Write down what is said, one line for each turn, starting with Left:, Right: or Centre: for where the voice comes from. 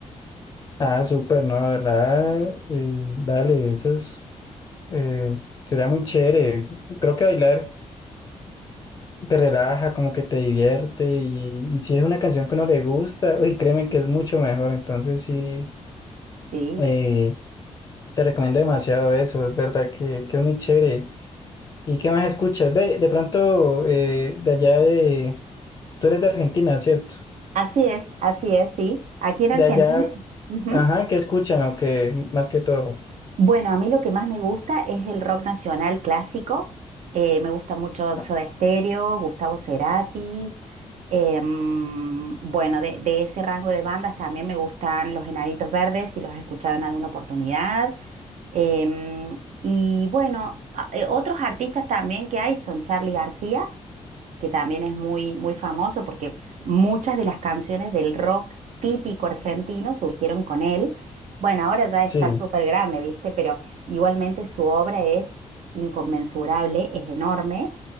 Left: Ah, súper, no, la verdad, eh, dale, eso es, eh, sería muy chévere. Creo que bailar te relaja, como que te divierte y, y si es una canción que uno le gusta, uy, créeme que es mucho mejor, entonces sí,
Right: Sí,
Left: eh, te recomiendo demasiado eso, es verdad que, que es muy chévere. ¿Y qué más escuchas? Ve, de pronto, eh, de allá de, tú eres de Argentina, ¿cierto?
Right: así es, así es, sí. Aquí en
Left: De
Right: Argentina.
Left: allá,
Right: ujú.
Left: ajá, ¿qué escuchan o qué más que todo?
Right: Bueno, a mí lo que más me gusta es el rock nacional clásico. Eh, me gusta mucho Soda
Left: Ah,
Right: Stereo, Gustavo Cerati. em, bueno, de, de ese rango de bandas también me gustan Los Enanitos Verdes, si los has escuchado en alguna oportunidad. em, y bueno, a- eh, otros artistas también que hay son Charly García que también es muy, muy famoso porque muchas de las canciones del rock típico argentino surgieron con él. Bueno, ahora ya está
Left: Sí.
Right: súper grande, ¿viste? Pero igualmente su obra es inconmensurable, es enorme.